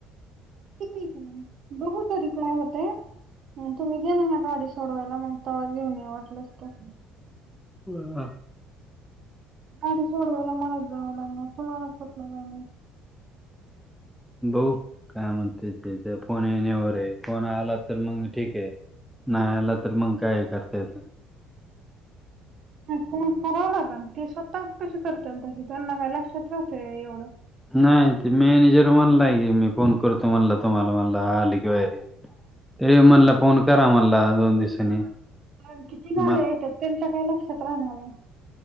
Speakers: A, on the right; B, in the centre.
A: हुतूय की मग बगू तरी काय होतय? तुम्ही गेला ना गाडी सोडवायला मग तवा घेऊन या वाटलस तर
B: हा
A: गाडी सोडवायला मलाचं जावं लागणार तुमाला कुटलं झालं
B: बघू काय म्हणत्यात ते फोन येण्यावर आहे फोन आला तर मग ठीक आहे नाय आला तर मंग काय करता येत नाइ
A: फोन करावा लागंन ते स्वतःचं कसे करत्याल तशी त्यांना काय लक्षात राहतय व्हय एवढं
B: नाइ ते मॅनेजर म्हणलाय की मी फोन करतो म्हणल तुम्हाला म्हणलं आली की बाहेरी यो म्हणला फोन करा म्हणला दोन दिवसांनी.
A: हा पण किती गाड्या
B: म
A: येत्यात त्यांच्या काय लक्षात राहणार हाय